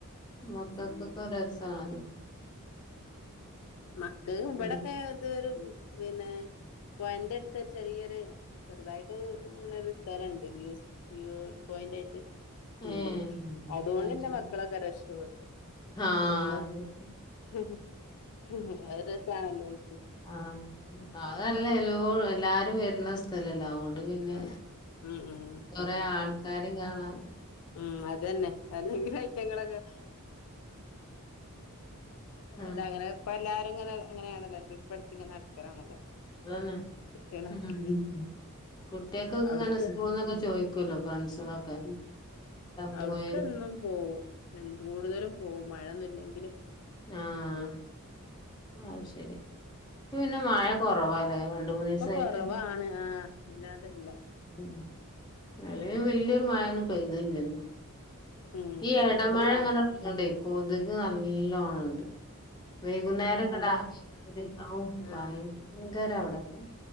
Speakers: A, on the left; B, on the left.
A: മക്കക്കൊക്കെ
B: ഉം
A: രസണല്ലോ
B: മക്കൾ ഇവിടെക്കെ
A: ഉം
B: ഇതൊരു പിന്നെ പുഴൻന്റെ അടുത്ത് ഒരു ചെറിയൊരു ചെറുതായിട്ട് അങ്ങനെ ഒരു സ്ഥലമുണ്ട് വ്യൂസ് വ്യൂ പോയിന്റ് ആയിട്ട്
A: ഏഹ്
B: ഉണ്ട് അതുകൊണ്ട്
A: അത്
B: എന്റെ
A: ശരി
B: മക്കളൊക്കെ രക്ഷപട്ട്
A: ആഹ്
B: അന്ന് <unintelligible> അതൊരു രസമാണല്ലോ ഓൽക്ക്
A: ആഹ് അതല്ല എല്ലോ എല്ലാരും വരുന്ന സ്ഥലല്ലെ പിന്നെ
B: ഉം ഉം ഉം
A: കൊറേ ആൾക്കാരെയും കാണാം
B: ഉം അത് തന്നെ അല്ലെങ്കിലും ഐറ്റങ്ങളൊക്കെ
A: ഉം
B: അല്ല അങ്ങനെ ഇപ്പൊ എല്ലാരും ഇങ്ങനെ അങ്ങനെയാണല്ലോ ട്രിപ്പ് അടിച്ചു ഇങ്ങനെ നടക്കലാണല്ലോ
A: അതെന്നെ
B: കുട്ടികളൊക്കെ
A: ഉം ഉം കുട്ടികക്കൊക്കെ
B: അവിടുക്ക്
A: ഇങ്ങനെ സ്കൂളിന്നൊക്കെ ചോദിക്കുമല്ലോ ഫ്രണ്ട്സുകളൊക്കെ പോയ
B: അവിട്ക്ക് എന്നും പോവും എഹ് കൂടുതലും പോവും മഴൊന്നുംല്ലെങ്കില്
A: ആഹ് അത് ശരി ഇപ്പം പിന്നെ മഴ കുറവാല്ലേ രണ്ട് മൂന്ന്
B: ഇപ്പൊ
A: ദിവസയിട്ട്
B: കൊറവാണ് ആഹ് അല്ലാതില്ല
A: ഉം അല്ലേലും വല്യൊരു മഴയൊന്നും പെയ്തില്ലല്ലോ
B: ഉം
A: ഈ ഇടമഴ
B: ഒരു നാ
A: അങ്ങനെ ഉളളത്കൊണ്ടേ കൊതുക് നല്ലോണം ഉണ്ട് ണ്ട് വൈകുന്നേരം ഒക്കെ <unintelligible> ഔ
B: ആഹ്
A: ഭയങ്കരാ ഇവിടൊക്കെ